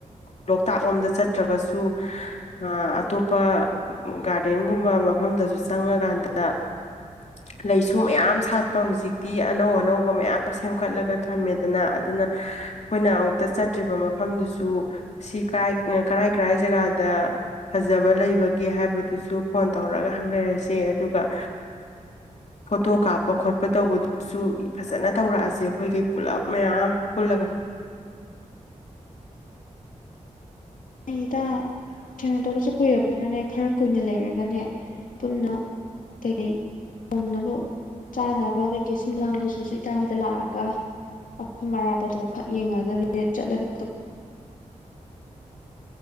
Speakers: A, on the left (about 55°); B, on the left (about 80°).
A: ꯂꯣꯛꯇꯥꯛ ꯂꯣꯝꯗ ꯆꯠꯇ꯭ꯔꯒꯁꯨ ꯑꯇꯣꯞꯄ ꯒꯥꯔꯗꯦꯟꯒꯨꯝꯕ ꯃꯐꯝꯗꯁꯨ ꯆꯪꯉꯀꯥꯟꯗ <inaudible> ꯂꯩꯁꯨ ꯃꯌꯥꯝ ꯁꯥꯠꯄ ꯍꯧꯖꯤꯛꯇꯤ ꯑꯅꯧ ꯑꯅꯧꯕ ꯃꯌꯥꯝ ꯁꯦꯝꯀꯥꯠꯂꯒ ꯊꯝꯃꯦꯗꯅ ꯑꯗꯨꯅ ꯑꯩꯈꯣꯏꯅ ꯑꯃꯨꯛꯇ ꯆꯠꯇ꯭ꯔꯤꯕ ꯃꯐꯝꯗꯨꯁꯨ ꯁꯤ ꯀꯥꯏ ꯀꯔꯥꯏ ꯀꯔꯥꯏ ꯖꯒꯥꯗ ꯐꯖꯕ ꯂꯩꯕꯒꯦ ꯍꯥꯏꯕꯗꯨꯁꯨ ꯐꯣꯟ ꯇꯧꯔꯒ ꯍꯪꯅꯔꯁꯤ ꯑꯗꯨꯒ ꯐꯣꯇꯣ ꯀꯥꯞꯄ ꯈꯣꯠꯄ ꯇꯧꯕꯗꯤ ꯁꯨ ꯐꯖꯅ ꯇꯧꯔꯛꯑꯁꯦ ꯑꯩꯈꯣꯏꯈꯩ ꯄꯨꯂꯞ ꯃꯌꯥꯝ ꯄꯨꯜꯂꯒ
B: ꯑꯩꯗ ꯊꯦꯡꯅꯗꯕꯁꯨ ꯀꯨꯏꯔꯕꯅꯤꯅꯅꯦ ꯈꯔ ꯀꯨꯏꯅ ꯂꯩꯔꯒꯅꯦ ꯄꯨꯟꯅ ꯀ ꯐꯪꯅꯕ ꯆꯥꯅꯕ ꯀꯩꯀꯩ ꯁꯨꯝ ꯂꯥꯡꯕꯗꯨꯁꯨ ꯏꯇ ꯍꯣꯏꯗ ꯂꯥꯛꯑꯒ ꯑꯐꯝ ꯑꯔꯥꯞꯄꯗꯣ ꯈꯛ ꯌꯦꯡꯉꯒꯅꯦ ꯆꯠꯂꯒ